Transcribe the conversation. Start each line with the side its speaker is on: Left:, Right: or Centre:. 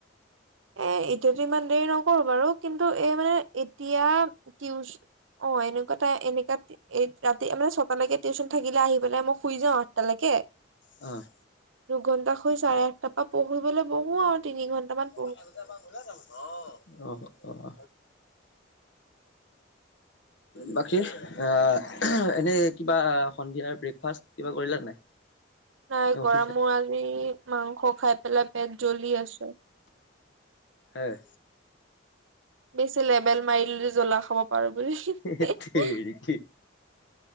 Right: এ এতিয়াতো ইমান দেৰি নকৰো বাৰু কিন্তু এই মানে এতিয়া। টিউচন অ' এনেকুৱাই এনেকা ৰাতি মানে ছটাালৈকে টিউশন থাকিলে আহি পেলাই মই শুই। যাওঁ আঠটালৈকে।
Left: হয়।
Right: দুঘন্টাশুই চাৰে আঠটাৰ পৰা পঢ়িবলৈ বহো আৰু তিনি ঘণ্টামান।
Left: অ -অ <unintelligible> অ' বাকী এ এনেই কিবা সন্ধিয়া ব্ৰেকফাষ্ট কিবা কৰিলে নাই।
Right: নাই
Left: নে উঠিছা?
Right: কৰা মো আজি মাংস খাই। পেলাই পেট জ্বলি আছে।
Left: হয়
Right: বেছি লেবেল মাৰি দিলোঁ জ্বলা খাব পাৰোঁ বুলি। হি
Left: হেত
Right: হি হি
Left: তেৰিকি
Right: অ